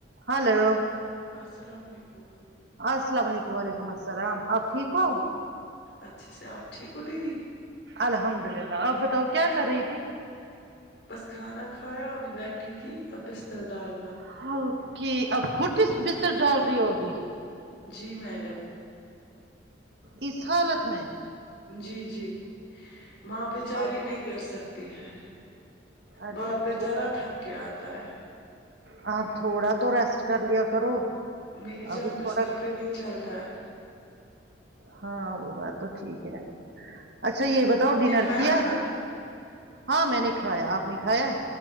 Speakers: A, on the right; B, on the left.
A: hello
B: السلام و علیکم
A: السلام علیکم وعلیکم السلام آپ ٹھیک ہو
B: اچھے سے آپ ٹھیک ہو دیدی
A: الحمد للہ آپ بتاؤ کیا کر رہی تھی
B: بس کھانا کھایا ابھی بیٹھی تھی اب بستر ڈال
A: ہاں کہ اب کھٹی سے بستر ڈال رہی ہو ابھی
B: جی میڈم
A: اس حالت میں
B: جی جی ماں بچاری
A: آو،
B: نہیں کر سکتی ہے
A: ارے
B: باپ
A: اب
B: بچارہ
A: تھوڑا
B: تھک کے آتا ہے
A: ہاں تھوڑا تو ریسٹ کر لیا کرو
B: میری جان
A: ابھی
B: بستر
A: تھوڑا
B: پہ نہیں چل تا ہے
A: ہاں وہ بات تو ٹھیک ہے اچھا یہ بتاؤ
B: آپ نے
A: ڈنر
B: کھایا
A: کیا
B: کھانا
A: ہاں میں نے کھایا آپ نے کھایا